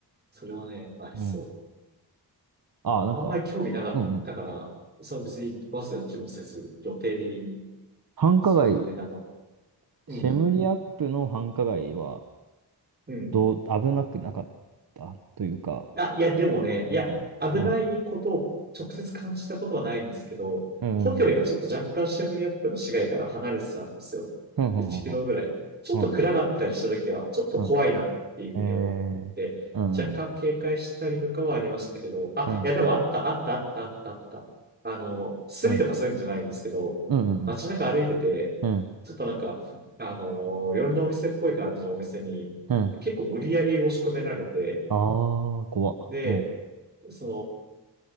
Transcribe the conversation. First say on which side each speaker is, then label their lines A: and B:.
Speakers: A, on the right (about 25°); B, on the right (about 55°).
A: それはね、ありそう。
B: うん。ああ、なんか、
A: あんまり興味なかったから、
B: うんうん。
A: それは別にわざわざ行きもせず、予定的に、
B: 繁華街、
A: そう、入れなかった。うん。
B: シェムリアップの繁華街は、
A: うん。
B: どう、危なくなかったというか、
A: あ、いや、でもね、
B: なんだろう。
A: いや、危ないことを直接感じたことはないんですけど、
B: うん。うんうんうん
A: ホテルがちょっと若干シェムリアップの市街から離れてたんですよ。
B: うん、うん、
A: 1キロぐらい。ちょっと暗かったりした時は、
B: うん、うん、
A: ちょっと怖いなっていうふうに思って、
B: うん、うん、うんえー、うん、
A: 若干警戒したりとかはありましたけど、
B: うん、
A: あ、
B: うん、
A: いや、でもあった、あった、あった、あった、あった。あの、スリとかそういうんじゃないんですけど、
B: うん、うん、
A: 街中歩いてて、
B: うん、
A: ちょっとなんか、あの、夜のお店っぽい感じのお店に、
B: うん、
A: 結構無理やり押し込められて、
B: ああー、怖っ。
A: で、
B: うん、
A: そ